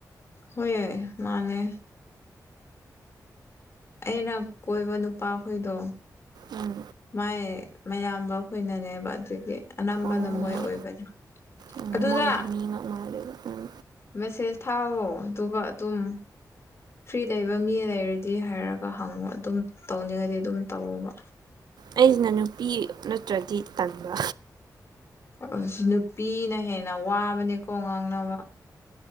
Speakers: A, on the left; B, on the right.
A: ꯍꯣꯏ ꯃꯥꯜꯂꯦ ꯑꯩꯅ ꯀꯣꯏꯕ ꯅꯨꯄꯥꯈꯣꯏꯗꯣ
B: ꯎꯝ
A: ꯃꯥꯏ ꯃꯌꯥꯝꯕꯈꯣꯏꯅꯅꯦꯕ ꯑꯗꯨꯒꯤ ꯑꯅꯝꯕꯅ
B: ꯑꯣ
A: ꯃꯣꯏ ꯑꯣꯏꯕꯅꯦ
B: ꯎꯝ
A: ꯑꯗꯨꯗ
B: ꯃꯣꯏꯒꯤ ꯃꯤꯉꯛ ꯃꯥꯜꯂꯦꯕ ꯎꯝ
A: ꯃꯦꯁꯦꯁ ꯊꯥꯎꯋꯣ ꯑꯗꯨꯒ ꯑꯗꯨꯝ ꯐ꯭ꯔꯤ ꯂꯩꯕ ꯃꯤ ꯂꯩꯔꯗꯤ ꯍꯥꯏꯔꯒ ꯍꯪꯉꯣ ꯑꯗꯨꯝ ꯇꯧꯅꯤꯡꯉꯗꯤ ꯑꯗꯨꯝ ꯇꯧꯋꯣꯕ
B: ꯑꯩꯖꯤꯅ ꯅꯨꯄꯤ ꯅꯠꯇ꯭ꯔꯗꯤ ꯇꯟꯕ
A: ꯑꯁ ꯅꯨꯄꯤꯅ ꯍꯦꯟꯅ ꯋꯥꯕꯅꯦꯀꯣ ꯉꯥꯡꯅꯕ